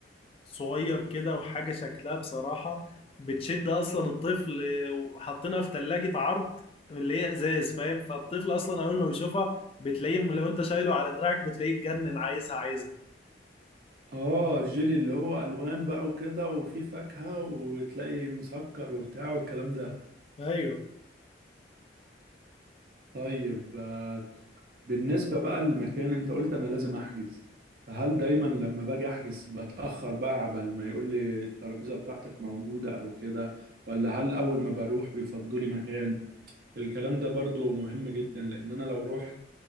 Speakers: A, on the left; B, on the right.
A: صغير كده وحاجة شكلها بصراحة بتشد اصلا الطفل وحاطينها في ثلاجة عرض اللي هي ازاز فاهم فالطفل اصلا اول ما بيشوفها بتلاقيه لو انت شايله على دراعك بتلاقيه اتجنن عايزها عايزها
B: آه الجيلي اللي هو ألوان بقى وكده وفيه فاكهة وتلاقي مسكر وبتاع والكلام ده
A: ايوه
B: طيب آه، بالنسبة بقى للمكان انت قلت انا لازم احجز فهل دايما لما باجي احجز بتأخر بقى عبال ما يقول لي الترابيزة بتاعتك موجودة او كده ولا هل اول ما بروح بيفضوا لي مكان الكلام ده برضو مهم جدا لان انا لو رحت